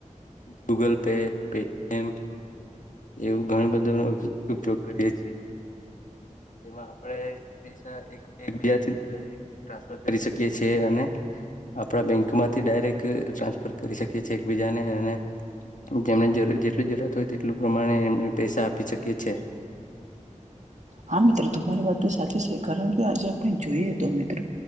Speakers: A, on the left; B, on the right.
A: ગૂગલ પે પેટીએમ એવું ઘણ બધું ઉપયોગ કરીએ છીએ એમાં આપણે પૈસા એક એકબીજા થી ટ્રાન્સફર કરી શકીએ છીએ અને આપણા બેંકમાંથી ડાયરેક્ટ ટ્રાન્સફર કરી શકી છી એકબીજાને અને જેમને જરૂર જેટલી જરૂરત <unintelligible> એટલું પ્રમાણે એમણે પૈસા આપી છકીએ છે.
B: હા મિત્રો તમારી વાત તો સાચી સે કારણ કે આજે આપણે જોઈએ તો મિત્રો